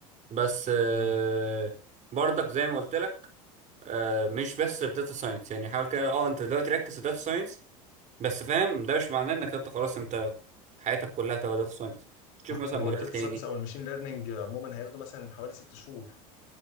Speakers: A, on the right (about 40°); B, on the left (about 65°).
A: بس آه،
B: مم.
A: برضك زي ما قلت لك آه، مش بس في داتا ساينس يعني حاول كده اه انت دلوقتي ركز في داتا ساينس بس فاهم ده مش معناه انك انت خلاص انت حياتك كلها تبقى داتا ساينس تشوف مثلا
B: هو
A: مجال
B: الداتا
A: تاني
B: ساينس او الماشين ليرنينج عموما هياخدوا مثلا حوالي ست شهور